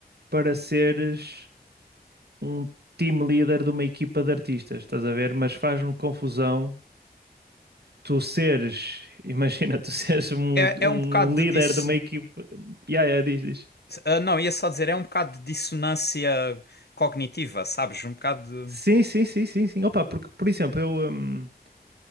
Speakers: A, on the right; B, on the left.
A: para seres um team leader de uma equipa de artistas, estás a ver? Mas faz-me confusão tu seres, <laughs> imagina, tu seres um,
B: É,
A: um
B: é um bocado
A: líder
B: de dis...
A: de uma equipa. Ya, ya, diz, diz.
B: ah, não, ia só dizer, é um bocado de dissonância cognitiva, sabes? Um bocado
A: Sim,
B: de...
A: sim, sim, sim, sim. Opa, porque, por exemplo, eu. hum,